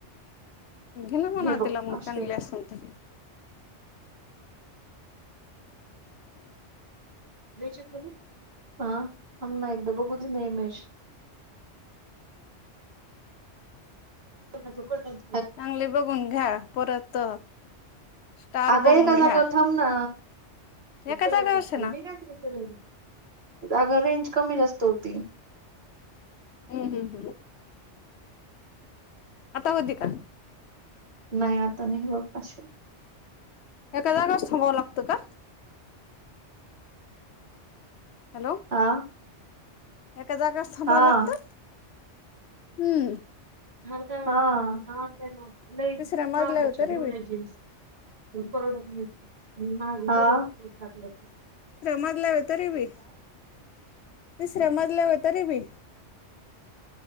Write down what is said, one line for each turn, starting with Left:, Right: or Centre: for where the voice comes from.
Left: घे ना म्हणाव
Right: हे बघ
Left: तिला मग
Right: अशी
Left: चांगली असन तर. <unintelligible>
Right: घ्यायच्यात का मग? हा. थांब ना एकदा बघू दे ना, इमेज. समजा त्यो कॉटन.
Left: चांगले बघून घ्या. परत स्टार
Right: आगं
Left: बघून
Right: एका जागेवर
Left: घ्या
Right: थांब ना. चलत
Left: एका जागावरच
Right: असते
Left: आहे ना
Right: मी काय करू अग रेंज कमी-जास्त होती.
Left: हम्म, हम्, हम. आता होती का?
Right: नाही, आता नाही होत. अशी
Left: एका जाग्यावरच थांबावं लागतं का? हॅलो?
Right: हा
Left: एका जाग्यावरच थांबावं
Right: हा.
Left: लागतं? हम्म.
Right: मला काय वाटलं, हां लई
Left: तिसऱ्या मजल्यावर
Right: महागची
Left: तरी
Right: वूल
Left: बी
Right: हाय जीन्स. पोरं झोपलीत, आणि माझा <unintelligible>
Left: मागलावे तरी बी तिसऱ्या मजल्या तरी बी